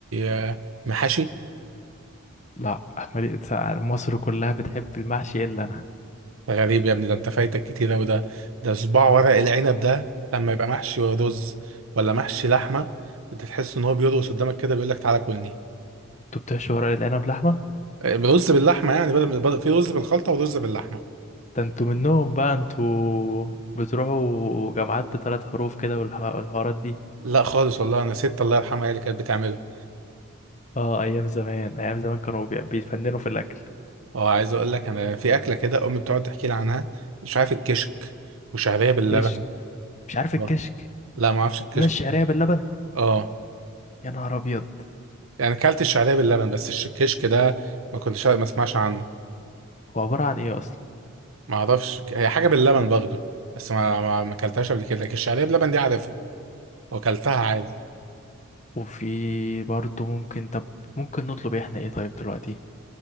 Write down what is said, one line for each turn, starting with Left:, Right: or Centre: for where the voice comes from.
Right: آه محاشي
Left: لا مالي- مصر كلها بتحب المحشي الا انا
Right: ده غريب يا ابني ده انت فايتك كتير اوي ده ده صباع ورق العنب ده لما يبقى محشي رز ولا محشي لحمه انت تحس ان هو بيرقص قدامك كده بيقول لك تعالى كلني
Left: انتوا بتحشوا ورق العنب لحمة
Right: آه، رز باللحمه يعني بدل بدل- في رز بالخلطه ورز باللحمه
Left: ده انتوا منهم بقى انتوا بتروحوا جامعات بثلاث حروف كده والحوارات دي
Right: لا خالص والله انا ست الله يرحمها هي اللي كانت بتعمله
Left: اه ايام زمان ايام زمان كانوا بي- بيتفننوا في الاكل
Right: اه عايز اقول لك انا في اكله كده امي بتقعد تحكي لي عنها مش عارف الكشك وشعريه باللبن
Left: كشك مش عارف الكشك
Right: آه. لا ما اعرفش الكشك
Left: ولا الشعريه
Right: ده.
Left: باللبن
Right: اه
Left: يا نهار ابيض
Right: يعني كلت الشعريه باللبن بس الش- الكشك ده ما كنتش ما اسمعش عنه
Left: هو عباره عن ايه اصلا
Right: ما اعرفش ك- هي حاجه باللبن برضه بس ما ما ما اكلتهاش قبل كده لكن الشعريه بلبن دي عارفها واكلتها عادي
Left: وفي برضه ممكن طب ممكن نطلب احنا ايه طيب دلوقتي